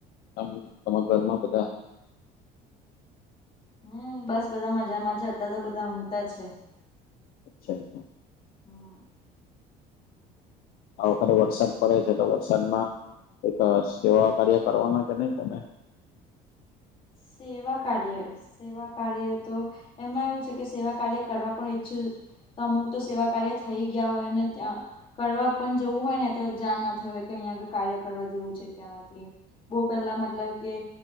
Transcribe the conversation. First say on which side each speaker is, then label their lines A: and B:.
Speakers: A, on the left; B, on the left.
A: તમારા ઘરમાં બધા
B: હમ બસ બધા મજામાં જ છે. અત્યારે તો બધા ઊંઘતા છે.
A: <inaudible>
B: <inaudible>
A: આ વખતે વરસાદ પડે છે. તો વરસાદમાં એક સેવા કાર્ય કરવાના કે નહીં તમે?
B: સેવા કાર્ય. સેવા કાર્ય તો એમાં એવું છે, કે સેવા કાર્ય કરવા પણ ઇચ્છું છું. તો અમુક તો સેવા કાર્ય થઈ ગયા હોય, અને ત્યાં કરવા પણ જવું હોય ને તો જણ ના થવે હોય, કે અહીંયા આ કાર્ય કરવા જેવું છે. ક્યાંથી બહુ પહેલા મતલબ કે